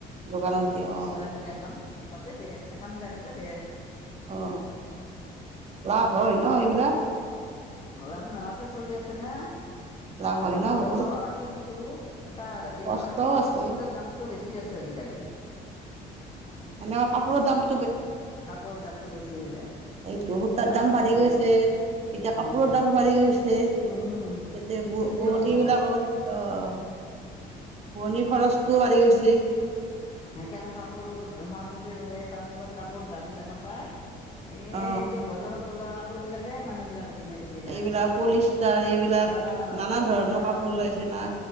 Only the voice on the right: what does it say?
দোকানত দি
অ
অ লাভ হয় ন এইবিলাক
লাভ হয়
ন বহুত
কষ্টও
আছে
সেনেকা কাপোৰৰ দাম
এইটো সূতাৰ দাম
বাঢ়ি গৈছে
এতিয়া কাপোৰৰ
দামো বাঢ়ি গৈছে তেতিয়া
বুৱনী
বিলাকৰ অহ বুৱনীৰ খৰচটোও বাঢ়ি গৈছে।
অ
এইবিলাক পলিষ্টাৰ এইবিলাক
নানা
ধৰণৰ কাপোৰ ওলাইছে না